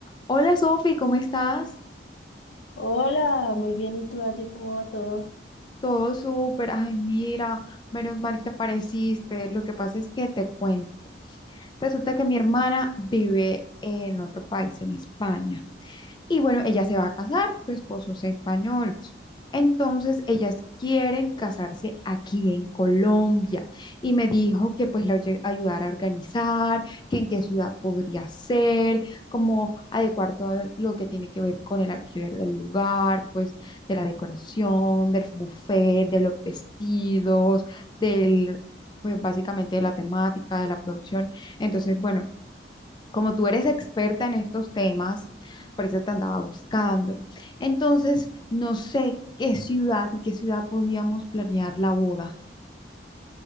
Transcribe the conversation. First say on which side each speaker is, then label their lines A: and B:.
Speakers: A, on the left; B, on the left.
A: Hola Sofi, ¿cómo estás?
B: Hola, muy bien. ¿Y tú, Angie, cómo va todo?
A: Todo súper. Ay, mira, menos mal que apareciste. Lo que pasa es que te cuento. Resulta que mi hermana vive en otro país, en España. Y bueno, ella se va a casar, su esposo es español. Entonces, ellas quieren casarse aquí en Colombia. Y me dijo que pues la oye- ayudara a organizar, que en qué ciudad podría ser, como adecuar todo lo que tiene que ver con el alquiler del lugar, pues de la decoración, del buffet, de los vestidos, del, pues básicamente de la temática, de la producción. Entonces, bueno como tú eres experta en estos temas, por eso te andaba buscando. Entonces, no sé qué ciudad y qué ciudad podíamos planear la boda.